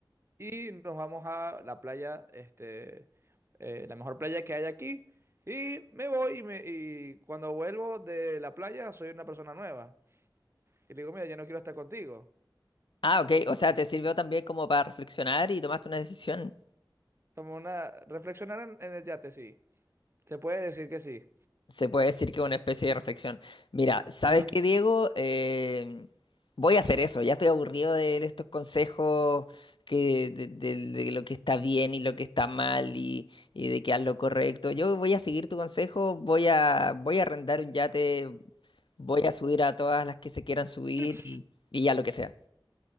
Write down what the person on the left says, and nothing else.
Ah, ok. O sea, te sirvió también como para reflexionar y tomaste una decisión.
Se puede decir que es una especie de reflexión. Mira, ¿sabes
qué, Diego? Eh, voy a hacer eso. Ya estoy aburrido de estos consejos que, de, de- de lo que está bien y lo que está mal y, y de que haz lo correcto. Yo voy a seguir tu consejo, voy a, voy a arrendar un yate, voy a subir a todas las que se quieran subir
y, y ya lo que sea.